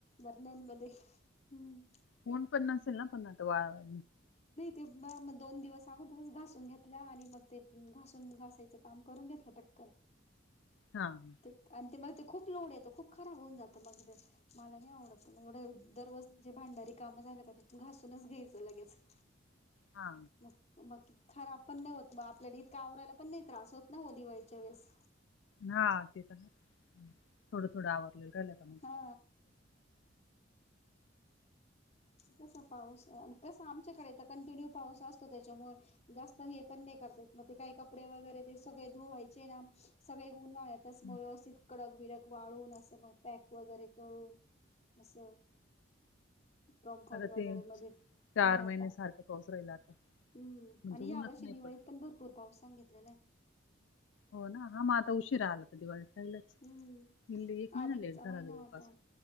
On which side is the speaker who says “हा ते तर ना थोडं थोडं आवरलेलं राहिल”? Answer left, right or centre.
Left